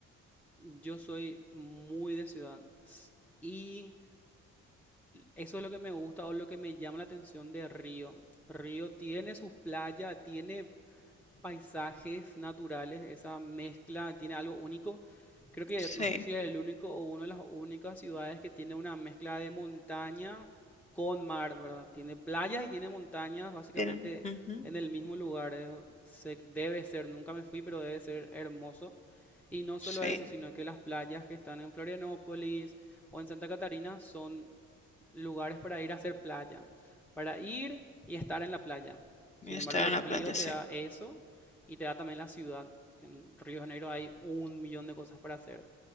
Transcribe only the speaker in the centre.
yo soy muy de ciudad s- y Eso es lo que me gusta o lo que me llama la atención de Río. Río tiene sus playas, tiene paisajes naturales, esa mezcla, tiene algo único. Creo que
no sé si es el único o una de las únicas ciudades que tiene una mezcla de montaña con mar, ¿verdad? Tiene playas y tiene montañas básicamente
en el mismo lugar. es- se, debe ser, nunca me fui, pero debe ser hermoso. Y no solo
eso, sino que las playas que están en Florianópolis o en Santa Catarina son lugares para ir a hacer playa, para ir y estar en la playa. Sin
embargo,
Río
te
da eso y te da también la ciudad. En Río de Janeiro hay un millón de cosas para hacer,